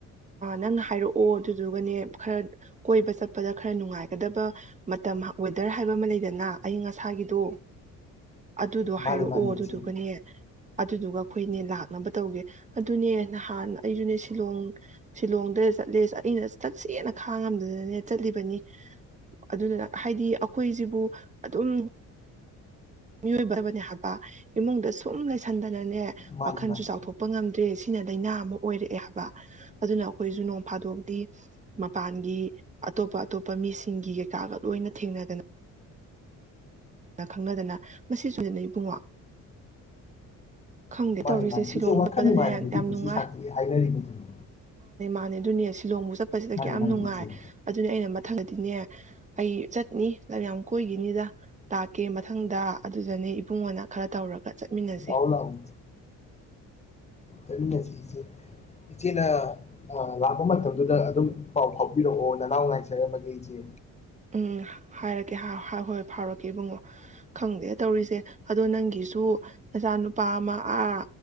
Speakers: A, on the right (about 25°); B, on the left (about 20°).
A: ꯅꯪꯅ ꯍꯥꯏꯔꯛꯑꯣ ꯑꯗꯨꯗꯨꯒꯅꯦ ꯈꯔ ꯀꯣꯏꯕ ꯆꯠꯄꯗ ꯈꯔ ꯅꯨꯡꯉꯥꯏꯒꯗꯕ ꯃꯇꯝ ꯋꯦꯗꯔ ꯍꯥꯏꯕ ꯑꯃ ꯂꯩꯗꯅ ꯑꯏꯪ ꯑꯁꯥꯒꯤꯗꯣ ꯑꯗꯨꯗꯣ
B: ꯃꯥꯅꯤ
A: ꯍꯥꯏꯔꯛꯑꯣ
B: ꯃꯥꯅꯤ
A: ꯑꯗꯨꯗꯨꯒꯅꯦ
B: ꯏꯆꯦ
A: ꯑꯗꯨꯗꯨꯒ ꯑꯩꯈꯣꯏꯅꯦ ꯂꯥꯛꯅꯕ ꯇꯧꯒꯦ ꯑꯗꯨꯅꯦ ꯅꯍꯥꯟ ꯑꯩꯁꯨꯅꯦ ꯁꯤꯂꯣꯡ ꯁꯤꯂꯣꯡꯗ ꯆꯠꯂꯦ ꯑꯩꯅ ꯆꯠꯁꯦꯅ ꯈꯥꯡꯉꯝꯗꯅꯅꯦ ꯆꯠꯂꯤꯕꯅꯤ ꯑꯗꯨꯅ ꯍꯥꯏꯗꯤ ꯑꯩꯈꯣꯏꯖꯤꯕꯨ ꯑꯗꯨꯝ ꯃꯤꯑꯣꯏꯕꯅꯦ ꯍꯥꯏꯕ ꯏꯃꯨꯡꯗ ꯁꯨꯝ ꯂꯩꯁꯟꯗꯅ ꯅꯦ
B: ꯃꯥꯅꯤ
A: ꯋꯥꯈꯟꯁꯨ
B: ꯃꯥꯅꯤ
A: ꯆꯥꯎꯊꯣꯛꯄ ꯉꯝꯗ꯭ꯔꯦ ꯁꯤ ꯁꯤꯅ ꯂꯥꯏꯅꯥ ꯑꯃ ꯑꯣꯏꯔꯛꯑꯦ ꯍꯥꯏꯕ ꯑꯗꯨꯅ ꯑꯩꯈꯣꯏꯁꯨꯨ ꯅꯣꯡ ꯐꯥꯗꯣꯛꯗꯤ ꯃꯄꯥꯟꯒꯤ ꯑꯇꯣꯞꯄ ꯑꯇꯣꯞꯄ ꯃꯤꯁꯤꯡꯒꯤ ꯀꯩꯀꯥꯒ ꯂꯣꯏꯅ ꯊꯦꯡꯅꯗꯅ ꯈꯪꯅꯗꯅ ꯃꯁꯤ <unintelligible> ꯁꯨꯗꯅ ꯏꯕꯨꯡꯉꯣ ꯈꯪꯗꯦ
B: ꯃꯥꯅꯤ
A: ꯇꯧꯔꯤꯁꯦ
B: ꯃꯥꯅꯤ
A: ꯁꯤꯂꯣꯡ
B: ꯏꯆꯦ ꯋꯥꯈꯜ
A: ꯆꯠꯄꯗꯅꯦ
B: ꯅꯨꯡꯉꯥꯏꯔꯕꯗꯤ
A: ꯌꯥꯝ
B: ꯄꯨꯟꯁꯤ
A: ꯅꯨꯡꯉꯥꯏ
B: ꯁꯥꯡꯇꯣꯛꯏ ꯍꯥꯏꯅꯔꯤꯕꯗꯨꯅꯤ
A: ꯃꯥꯅꯤ ꯑꯗꯨꯅꯦ ꯁꯤꯂꯣꯡꯕꯧ ꯆꯠꯄꯁꯤꯗ
B: ꯃꯥꯅꯤ
A: ꯀꯌꯥꯝ
B: ꯃꯥꯅꯤ
A: ꯅꯨꯡꯉꯥꯏ
B: ꯏꯆꯦ
A: ꯑꯗꯨꯅꯤ ꯑꯩꯅ ꯊꯪꯗꯗꯤꯅꯦ ꯑꯩ ꯆꯠꯅꯤ ꯂꯝ ꯌꯥꯝ ꯀꯣꯏꯒꯤꯅꯤꯗ ꯇꯥꯛꯀꯦ ꯃꯊꯪꯗ ꯑꯗꯨꯗꯅꯦ ꯏꯕꯨꯡꯉ‌ꯣꯅ ꯈꯔ ꯇꯧꯔꯒ ꯆꯠꯃꯤꯟꯅꯁꯤ
B: ꯂꯥꯛꯎ ꯂꯥꯛꯎ ꯆꯠꯃꯤꯟꯅꯁꯤ ꯏꯆꯦ ꯏꯆꯦꯅ ꯂꯥꯛꯄ ꯃꯇꯝꯗꯨꯗ ꯑꯗꯨꯝ ꯄꯥꯎ ꯐꯥꯎꯕꯤꯔꯛꯑꯣ ꯅꯅꯥꯎ ꯉꯥꯏꯖꯔꯝꯃꯒꯦ ꯏꯆꯦ
A: ꯎꯝ ꯍꯥꯏꯔꯛꯀꯦ ꯍꯣꯏ ꯐꯥꯎꯔꯛꯀꯦ ꯏꯕꯨꯡꯉꯣ ꯈꯪꯗꯦ ꯇꯧꯔꯤꯁꯦ ꯑꯗꯣ ꯅꯪꯒꯤꯁꯨ ꯅꯆꯥꯅꯨꯄꯥ ꯑꯃ ꯑꯥ